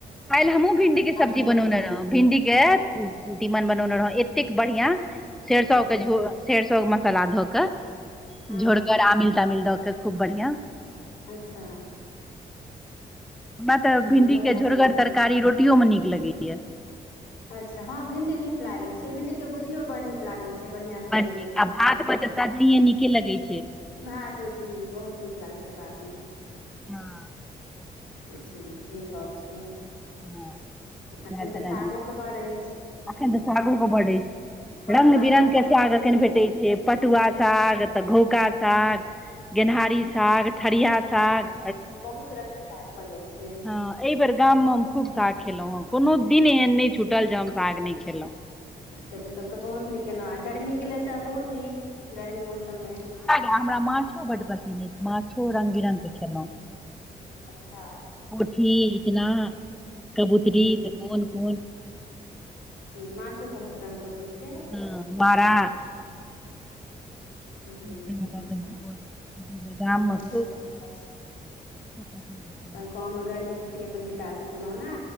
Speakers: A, in the centre; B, on the left (about 80°).
A: काल्हि हमहूँ भिंडीके सब्जी
B: आ
A: बनौने
B: भिंडीके
A: रहौ भिंडीके तीमन बनौने रहौ एतेक बढ़ियां सेरसो
B: अच्छा
A: के झो सेरसो के मसाला धऽ कऽ
B: हँ
A: झोरगर
B: हँ
A: आमिल तामिल दऽ के खूब बढ़िआं
B: अच्छा
A: हमरा तऽ
B: हमरो
A: भिणडीके
B: इएह
A: झोरगर
B: बनल
A: तरकारी
B: छलए
A: रोटियोमे नीक लगैया
B: अच्छा हँ भिंडी नीक लागै छै भिंडीके भुजियो बड नीक लागै छै बढ़िआँ सँ
A: बड
B: बनैयौ
A: नीक
B: तऽ
A: आ <unintelligible> नीके लगै छै
B: भात मे जी बहुत नीक लागै छै भात मे
A: हँ
B: जी सही गप छै
A: हं
B: एखन
A: <unintelligible>
B: तऽ सागोके बड़ अछि पटुआ
A: रंग बिरंग के
B: किछु
A: साग
B: बेसी
A: एखन भेटै
B: अइ
A: छै पटुआ साग तऽ घौका साग गेनहारी
B: जी
A: साग ठरिया साग
B: बहुत रंग के साग भऽ जाइ छै
A: एहि बेर गाम मे हम खूब साग खेलहुॅं हें कोनो दिन एहन नहि छुटल जे हम साग नहि खेलौं
B: चलू तब तऽ बहुत नीक केेलहुँ आ गर्मी के लेल तऽ बहुत नीक गर्मी मौसम मे
A: हमरा माछो बड पसंद अछि माछो रंग बिरंग के खेलहुं
B: अच्छा
A: कोठी इचना कबूतरी
B: जी
A: तऽ कोन कोन
B: जी माछो बहुत रंग के होइ छै
A: हँ
B: बहुत
A: मारा
B: रंग के
A: <unintelligible>
B: जी अच्छा
A: प
B: बढ़िआँ अछि तब
A: <unintelligible>
B: गाँवमे गर्मी छुट्टी अपन बिताके गेलौं ने